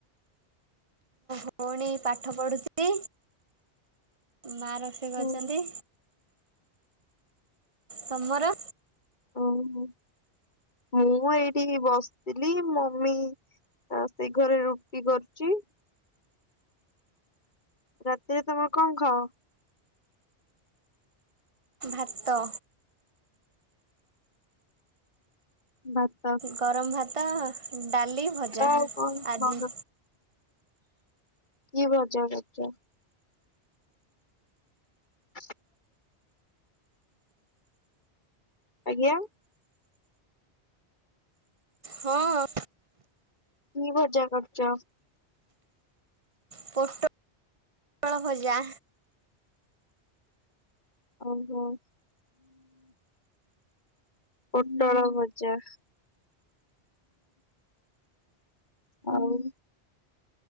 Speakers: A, on the right; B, on the left.
A: ଭଉଣି ପାଠ ପଢ଼ୁଛି ମା ରୋଷେଇ କରୁଛନ୍ତି।
B: ହୁଁ
A: ତମର।
B: ଓହୋ ମୁଁ ଏଇଠି ବସିଥିଲି ମମି ଆ ସେଘରେ ରୁଟି କରୁଛି। ରାତିରେ ତମର କଁ ଖାଅ?
A: ଭାତ।
B: ଭାତ୍।
A: ଗରମ ଭାତ ଡାଲି ଭଜା
B: ତ ଆଉ କଣ
A: ଆଜି।
B: ଭଲ କି ଭଜା କରିଚ? ହ <inaudible> ଆଜ୍ଞା।
A: ହଁ।
B: କି ଭଜା କରିଚ?
A: ପୋଟ ପୋଟଳ ଭଜା।
B: ଉଁ ହୁଁ। ପୋଟଳ ଭଜା। ଆଉ?